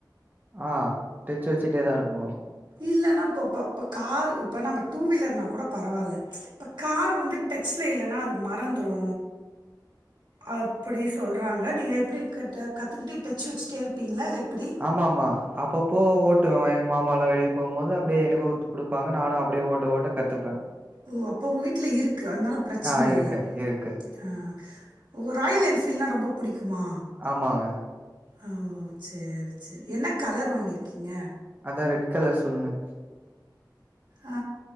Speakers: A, on the right; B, on the right.
A: ஆ டெச் வெச்சிட்டே தா இருக்குனு
B: இல்லனா அப்பப்போ இப்ப காரு இப்ப நம்ப டூ வீலர்னா கூட பரவால்ல இப்ப காரு வந்து டச் ல இல்லனா அது மறந்துரு அப்பிடி சொல்றாங்க நீங்க எப்டி கர்ட்டா கத்துக்கிட்டு டச் வச்சிட்டே இருப்பீங்ளா இல்ல எப்பிடி
A: ஆமாமா அப்பப்போ ஓட்டுவே எங்க மாமாலா வெளிய போம்போது அப்டியே எனக்கு து குடுப் பாங்க நானு அப்டியே ஓட்ட ஓட்ட கத்துப்பே
B: ஓ அப்ப உங்க வீட்ல இருக்கு அத்னால் பிரச்சன
A: ஆ இருக்கு,
B: இல்ல
A: இருக்கு.
B: ஆ ஓ ராயல் என்ஃபீல்னா ரொம்ப புடிக்குமா
A: ஆமாங்க.
B: ஓ சேரி சேரி என்ன கலர் வாங்கீர்க்கீங்க
A: அதா ரெட் கலர் சொன்னனே
B: ஆ